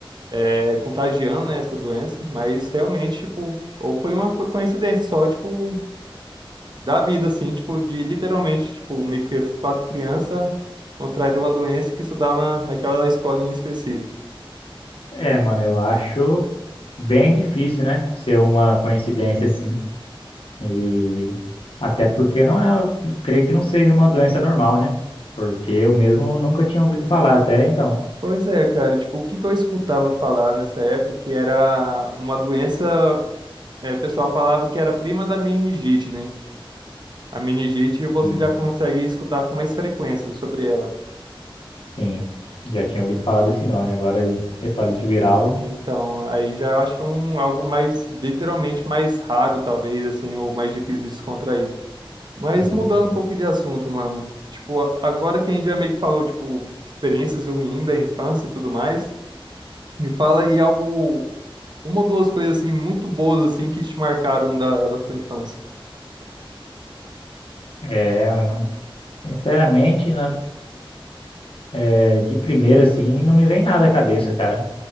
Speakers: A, on the right; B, on the left.
A: é, contagiando, né, essa doença, mas realmente, tipo, ou foi uma co- coincidência só, tipo, da vida, assim, tipo, de literalmente, tipo, meio que as quatro crianças contraíram uma doença que estudava na, naquela escola em específico.
B: É, mano, eu acho. Bem difícil, né? Ser uma coincidência assim. E até porque não é, creio que não seja uma doença normal, né? Porque eu mesmo nunca tinha ouvido falar até então.
A: Pois é, cara, tipo, o que que eu escutava falar nessa época que era uma doença, é, o pessoal falava que era prima da meningite, né? A meningite você
B: Hum,
A: já consegue escutar com mais frequência sobre ela.
B: sim, já tinha ouvido falar desse nome. Agora, encefalite viral.
A: Então, aí já eu acho que é um, algo mais, literalmente, mais raro, talvez, assim, ou mais difícil de descontrair. Mas
B: uhum.
A: mudando um pouco de assunto, mano. Tipo, a- agora que a gente já meio que falou, tipo, experiências ruins da infância e tudo mais, me fala aí algo, uma ou duas coisas, assim, muito boas, assim, que te marcaram da, da sua infância.
B: É, né? sinceramente, na- é, de primeira assim, não me vem nada à cabeça, cara.